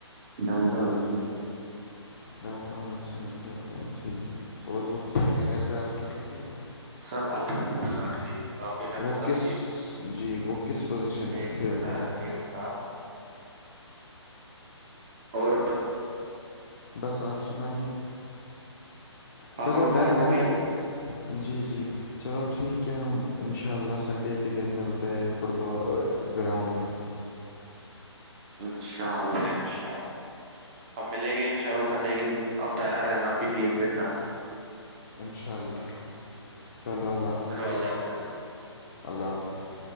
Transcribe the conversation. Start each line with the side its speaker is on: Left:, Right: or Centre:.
Right: ڈاؤن ٹؤن ای
Left: ڈاؤن ٹاؤن اف سی میں کھیلتے ہیں ٹھیک ہے اور وہ ٹھیک ہے گھر پہ آپ یہ سب ٹھیک ہے
Right: سب الحمد للہ ٹھیک آپ کے گھر
Left: وہ
Right: پہ سب
Left: کس
Right: ٹھیک
Left: جی وہ کس پوزیشن
Right: ایک
Left: پہ کھیلتے
Right: بتا ہے
Left: ہیں
Right: سیرفتاب اور
Left: بس آپ سناائیے
Right: پاپا
Left: چلو
Right: کو
Left: ڈن
Right: فرق
Left: ہے
Right: ہو گئی
Left: میں جی جی چلو ٹھیک ہے ہم ان شاء اللہ سنڈے کے دن ملتے تو فٹ ب گراؤنڈ میں
Right: انشاء اللہ انشاء اللہ اب ملیں گے ان شاء اللہ سنڈے کے دن آپ تیار رہ نا آپ کی ٹیم کے ساتھ
Left: انشاء اللہ چلو اللہ حافظ
Right: چلو اللہ حافظ
Left: اللہ حافظ